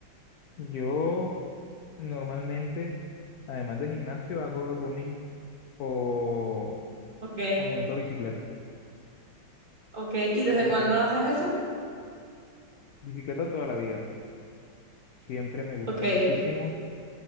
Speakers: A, on the left; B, on the right.
A: Yo normalmente, además de gimnasio, hago running o,
B: Ok,
A: o montó bicicleta.
B: ok. ¿Y desde
A: De
B: cuándo
A: res,
B: haces eso?
A: bicicleta toda la vida. Siempre me gustó
B: Ok,
A: muchísimo